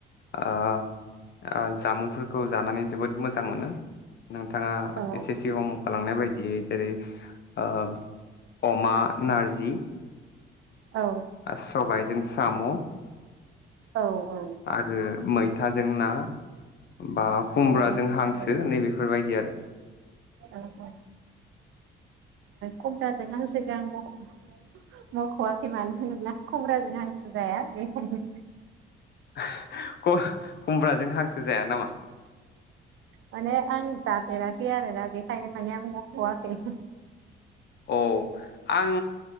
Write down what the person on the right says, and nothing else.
औ
औ
औ औ
औ मिथिजोबबाय
औ औ खुमब्राजों हांसोखो आं मख-मखवाखै मानो होनोब्ला खमब्राजों हांसो जाया बेखायनो
माने आं जाफेराखै आरोना बेखायनो माने आं मखवाखै